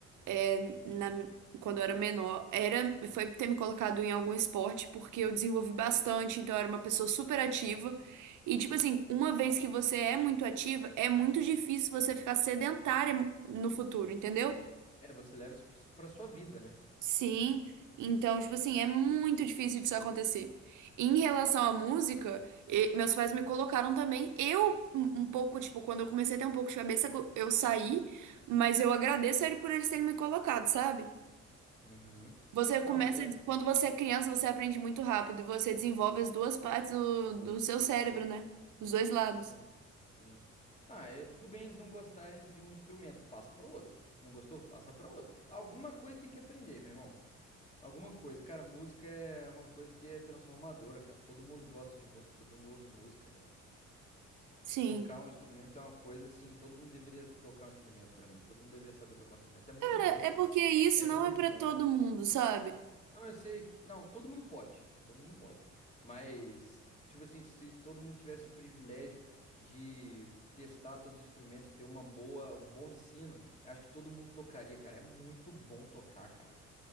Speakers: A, on the right; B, on the left.
A: é, na- quando eu era menor era foi ter me colocado em algum esporte porque eu desenvolvi bastante, então eu era uma pessoa super ativa. E tipo assim, uma vez que você é muito ativa, é muito difícil você ficar sedentária no futuro, entendeu?
B: É, você leva isso pra pra sua vida, né?
A: Sim, então, tipo assim, é muito difícil disso acontecer. Em relação à música, e- meus pais me colocaram também. Eu, um um pouco, tipo, quando eu comecei a ter um pouco de cabeça, co- eu saí, mas eu agradeço a ele por eles terem me colocado, sabe?
B: Uhum.
A: Você começa,
B: Não, é.
A: quando você é criança, você aprende muito rápido, e você desenvolve as duas partes do, do seu cérebro, né? Os dois lados.
B: Sim, sim. Ah, é, tudo bem eles não gostarem de um instrumento, passa para outro. Não gostou? Passa para outro. Alguma coisa tem que aprender, meu irmão. Alguma coisa, cara, música é uma coisa que é transformadora, cara. Todo mundo gosta de música, todo mundo ouve música, velho.
A: Sim.
B: Tocar um instrumento é uma coisa assim, todo mundo deveria tocar um instrumento pra mim, todo mundo deveria saber tocar um instrumento. É muito
A: Cara,
B: bom,
A: é
B: cara.
A: porque isso
B: É muito
A: não é pra
B: bom,
A: todo
B: cara.
A: mundo, sabe?
B: Não, eu sei, não, todo mundo pode, todo mundo pode. Mas, tipo assim, se todo mundo tivesse o privilégio de testar todos os instrumentos, ter uma boa, um bom ensino, eu acho que todo mundo tocaria, cara. É muito bom tocar, cara.